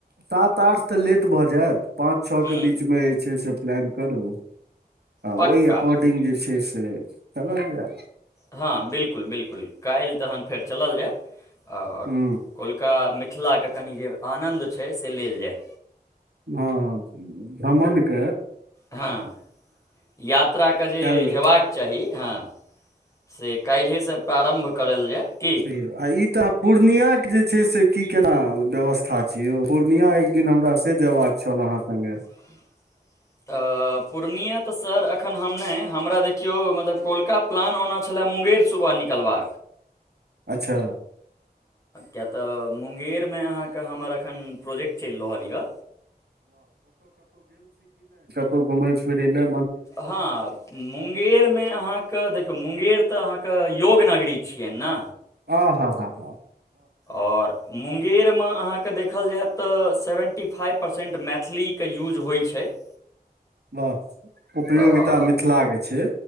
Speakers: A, on the right; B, on the left.
A: सात आठ तऽ लेट भऽ जायत पाँच छओके
B: हूँ
A: बीचमे जे छै से प्लान करू आ
B: पक्का
A: ओहि एकॉर्डिंग जे छै से चलल जाय
B: हँ बिलकुल बिलकुल काल्हि तखन फेर चलल जाय आओर
A: ह
B: कोलका मिथिलाके कनि जे आनन्द छै से लेल जाय
A: हँ प्रामणिक
B: हँ यात्राके जे
A: कयल
B: हेबाक चाही हँ से काल्हे से प्रारम्भ करल जाय की
A: से आ ई त पूर्णिया के जे छै से की केना व्यवस्था छै यौ पूर्णिया एक दिन हमरा से जेया चल अहाँ सङ्े
B: <inaudible> त पूर्णिया तऽ सर अखन हम नहि हमरा देखियौ मतलब कोलका प्लान ओना छल मुंगेर सुबह निकलबा
A: अच्छा
B: क मुंगेरमे अहाँके हमर एखन प्रोजेक्ट चलि रहल यऽ
A: तऽ घुम फिरा
B: हँ मुंगेरमे अहाँके देखियौ मुंगेर तऽ अहाँके योग नगरी छियनि ने
A: आ हँ हँ हँ
B: आओर मुंगेरमे अहाँके देखल जाय तऽ सेवेन्टी फाइव परसेन्ट मैथिलीके यूज होइ छै <inaudible>
A: वाह उपियोगिता
B: तऽ
A: मिथिलाक के छै